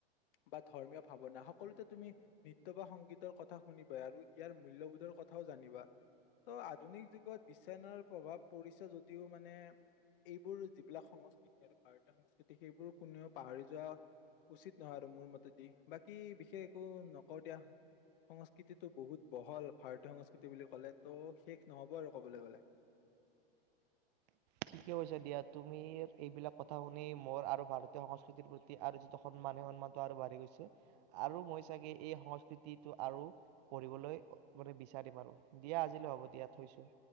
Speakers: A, on the left (about 65°); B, on the right (about 45°).
A: বা ধৰ্মীয় ভাৱনা সকলোতে তুমি নৃত্য বা সংগীতৰ কথা শুনিবা আৰু ইয়াৰ মূল্যবোধৰ কথাও জানিবা ত' আধুনিক যুগত বিশচনৰ প্ৰভাৱ পৰিছে যদিও মানে এইবোৰ যিবিলাক সংস্কৃতি আৰু ভাৰতীয় সংস্কৃতি সেইবোৰ কোনেও পাহৰি যোৱা উচিত নহয় আৰু মোৰ মতেদি বাকী বিশেষ একো নক দিয়া সংস্কৃতিটো বহুত বহল ভাৰতীয় সংস্কৃতি বুলি কলে ত' শেষ নহব আৰু কবলৈ গলে
B: ঠিকে কৈছা দিয়া তুমি এইবিলাক কথা শুনি মোৰ আৰু ভাৰতীয় সংস্কৃতিৰ প্ৰতি আৰু যিটো সন্মান সেই সন্মানটো আৰু বাঢ়ি গৈছে আৰু মই চাগে এই সংস্কৃতিটো আৰু পঢ়িবলৈ মানে বিচাৰিম আৰু দিয়া আজিলৈ হ'ব দিয়া থৈছো